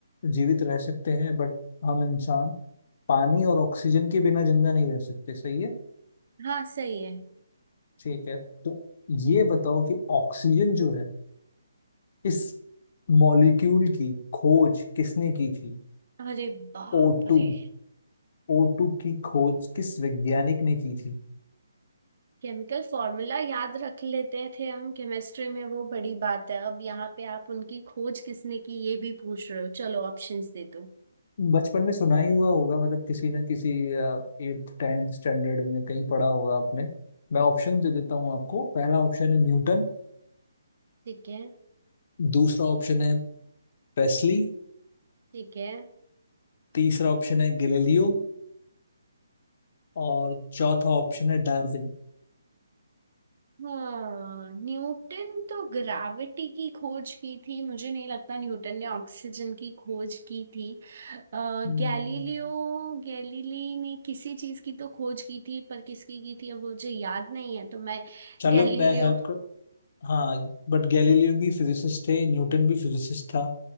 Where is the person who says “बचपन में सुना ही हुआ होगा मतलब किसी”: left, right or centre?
Left